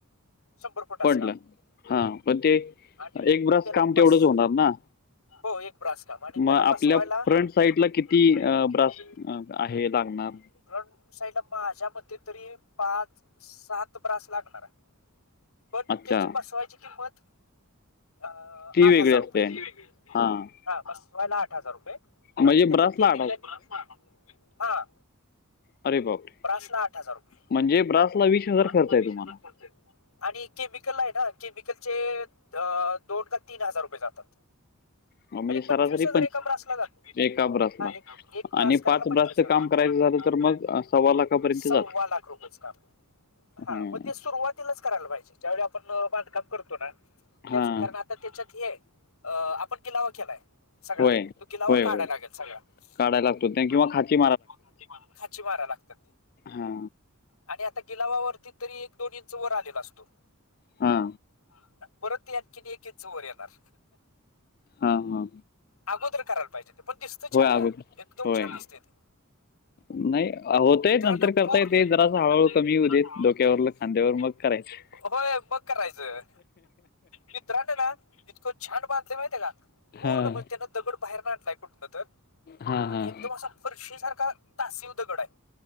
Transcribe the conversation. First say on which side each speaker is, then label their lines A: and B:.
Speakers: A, on the left; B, on the left.
A: शंभर फुटच
B: पडलं
A: काम,
B: हां पण ते
A: आणि
B: एक ब्रास
A: त्याला
B: काम
A: बस
B: तेवढंच होणार ना
A: हो एक ब्रास काम आणि
B: मग
A: त्याला
B: आपल्या
A: बसवायला,
B: फ्रंट
A: आमच्या
B: साईडला किती
A: फ्रंट साइडला
B: अ,
A: किती
B: ब्रास
A: ब्रास
B: अ, आहे लागणार?
A: लागेल. फ्रंट, साईडला माझ्या मते तरी पाच, सात ब्रास लागणारे. पण
B: अच्छा,
A: त्याची बसवायची किंमत, अ
B: ती
A: आठ
B: वेगळी
A: हजार
B: असते.
A: रुपये ती वेगळी असत्या.
B: हां,
A: हा बसवायला आठ हजार रुपये,
B: म्हणजे
A: आणि त्याच
B: ब्रासला
A: केमिकल म ब्रास लागणार, हा.
B: अरे बापरे!
A: ब्रास आठ हजार रुपये,
B: म्हणजे ब्रासला
A: म्हणजे ब्रासला
B: खर्च आहे
A: वीस
B: तुम्हाला.
A: हजार पडतंय तुम्हाला? आणि केमिकल आहे ना केमिकलचे, अ दोन का तीन हजार रुपये जातात.
B: अ, म्हणजे
A: एक पंचवीस
B: सरासरी
A: हजार एका ब्रासला जा,
B: एका ब्रासला
A: हा एक एक ब्रास
B: आणि
A: करायला पंचवीस
B: ब्रासचं
A: हजार
B: काम
A: आणि
B: करायचं
A: पाच
B: झालं
A: लाखच काम
B: तर
A: कराय
B: मग अ, सव्वा
A: तर मग
B: लाखापर्यंत
A: सव्वा
B: जातं.
A: लाख रुपयेच काम, हा
B: हं,
A: म ते सुरवात ती लाच करायला पाहिजे ज्यावेळी आपण बांधकाम करतो ना, त्याच
B: हां.
A: वेळी कारण आ आता त्याच्यात हे, अ आपण गिलावा केलाय. सगळा,
B: होय.
A: तो गीलावा
B: होय,
A: काढाय
B: होय.
A: लागल सगळा,
B: काढायला लागतो त्या
A: <unintelligible>
B: किंवा खाची
A: खाची माराय लागतात.
B: हा.
A: आणि आता गिलावावरती तरी एक दोन इंच वर आलेला असतो.
B: हा.
A: हा परत ते आणखीन एक इंच वर येणार.
B: हा हा.
A: अगोदर करायला पाहिजे ते पण दिसत छान
B: अगोदर.
A: एकदम
B: होय.
A: छान दिसतय ते.
B: नाही होतंय
A: मित्रां
B: नंतर
A: पूर
B: करता येते
A: असूदे नंतर
B: जरासं हळूहळू
A: करता जरासं
B: कमी येऊ देत
A: हळूहळू
B: डोक्यावरलं खांद्यावर
A: कमी येऊदे
B: मग करायचं.
A: <unintelligible> होय मग करायचं, मित्रान ना, इतकं छान बांधलय माहितेय का?
B: हां
A: पूर्ण मंग त्यांना दगंड बाहेर नाहीं आणलांय कुंठनं तरं.
B: हां
A: आणि
B: हां
A: एकदंम असां फरशी सारखां तासी उ दगंड आहे.